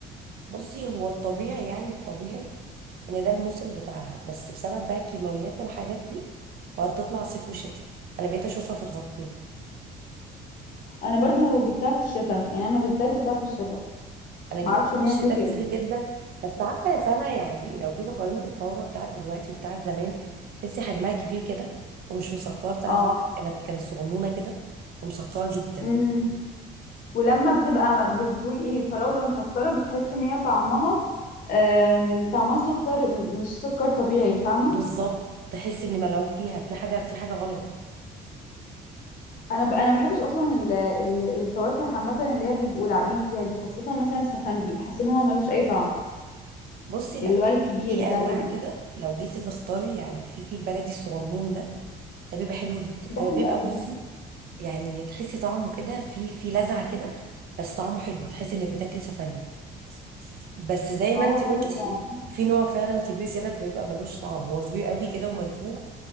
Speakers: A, on the right (about 65°); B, on the left (about 55°).
A: بصي هو الطبيعي يعني الطبيعي ان ده الموسم بتاعها بس بسبب بقى الكيماويات والحاجات دي وهتطلع صيف وشتاء انا بقيت اشوفها في الفصلين
B: انا برضو جبتها في الشتاء يعني لما جبتها جبتها في الشتاء
A: انا جبت
B: ما اعرفش
A: لها
B: ان
A: في الشتاء
B: هي صيفي
A: كتير
B: أوي.
A: جدا بس عارفه يا سما يعني لو جيت قارنت الفوره بتاعت دلوقتي وبتاعت زمان تحسي حجمها كبير كده ومش مسكره بتاعت
B: اه
A: زمان كانت كانت صغنونه كده ومسكره جدا
B: امم ولما بتبقى بتذوقي فراوله مسكره بتحسي ان هي طعمها آم، طعمها سكر م- مش سكر طبيعي فاهمه
A: بالظبط تحسي ان ملعوب فيها في حاجه في حاجه غلط
B: انا ب... انا ما بحبش اصلا ال... ال- الفواكه عامه اللي هي بيبقوا لاعبين فيها دي خاصه مثلا السفندي بحس ان هو ملوش اي طعم
A: بصي لا
B: اللي هو الكبير
A: في في
B: ده
A: انواع
B: ال-
A: كده لو جيتي تختاري يعني في في البلدي الصغنون ده ده بيبقى حلو جدا
B: ده
A: هو
B: حلو
A: بيبقى
B: قوي
A: بصي يعني تحسي طعمه كده في في لذعه كده بس طعمه حلو تحسي انك بتاكلي سفندي بس زي
B: ما
A: ما انت
B: هو حلو
A: قلتي
B: فعلا
A: في نوع فعلا كبير كده بيبقى ملوش طعم هو كبير قوي كده ومنفوخ